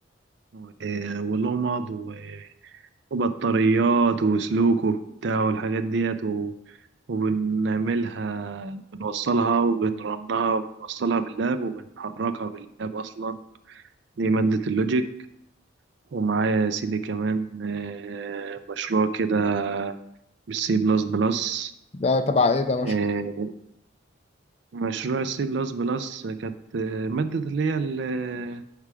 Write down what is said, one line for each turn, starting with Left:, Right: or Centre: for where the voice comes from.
Right: و- آه، ولمض و- وبطاريات وسلوك وبتاع والحاجات ديت و- وبنعملها بنوصلها وبنرنها بنوصلها باللاب وبنحركها باللاب أصلا دي مادة اللوجيك ومعايا يا سيدي كمان آه، مشروع كده بالسي بلس بلس
Left: ده تبع ايه ده
Right: آه،
Left: مشروع
Right: مشروع السي بلس بلس كانت مادة اللي هي ال-